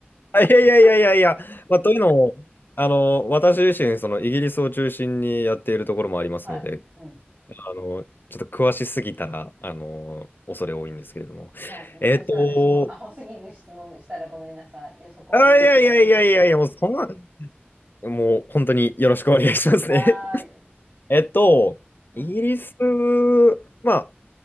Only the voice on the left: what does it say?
あいやいやいやいやいや、まあ、というのも、あの、私自身、そのイギリスを中心にやっているところもありますので、
あの、ちょっと詳しすぎたら、あの、恐れ多いんですけれども。
えっと、
あ、いやいやいやいやいや、もうそんな、もう本当によろしくお願いしますね。
<laughs> えっと、
イギリス、まあ、